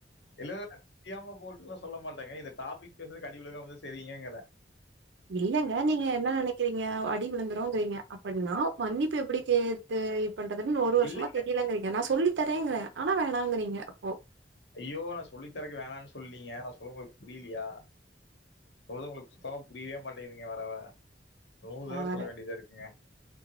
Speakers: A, on the left; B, on the right.
A: இல்ல இல்ல தெரியாம போட்டும் சொல்ல மாட்டேங்க இந்த டாபிக் பேசுது க அடி விழுகாமாஇருந்தா சரியீங்கங்கிற
B: இல்லங்க நீங்க என்ன நினைக்கிறீங்க அடி விழுந்திருங்கிறீங்க அப்பனா மன்னி ப்பு எப்டி கேத்து இப்பண்றதுன்னு ஒரு வருஷமா
A: இல்லைங்க.
B: தெரியலங்கிறீங்க நான் சொல்லி தரேங்கிறேன். ஆனா வேணாங்கறீங்க அப்போ
A: ஐயோ நான் சொல்லி தரக்கு வேணானு சொல்லீங்க நான் சொல்லபோது புரிலையா. சொல்றது உங்களுக்கு சுத்தமா புரியவே மாட்டேங்கதுங்க வர வர ஒவ்வொரு
B: பரவால்ல
A: தடவ சொல்ல வேண்டியதா இருக்குங்க.